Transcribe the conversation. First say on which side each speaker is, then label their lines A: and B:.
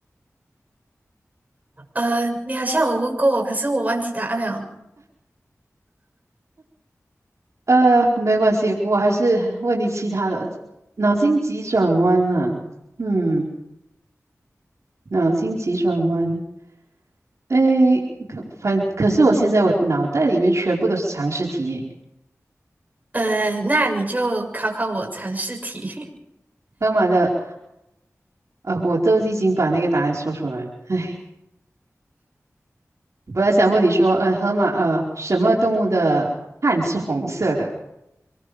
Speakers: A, on the right; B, on the right.
A: 呃，你好像有问过我，可是我忘记答案了。
B: 呃，没关系，我还是问你其他的脑筋急转弯啊，嗯。脑筋急转弯，诶，可反可是我现在我脑袋里面全部都是常识题耶，
A: 呃，那你就考考我常识题，
B: 河马的，呃，我都已经把那个答案说出来了。唉，本来想问你说，呃，河马，呃，什么动物的汗是红色的？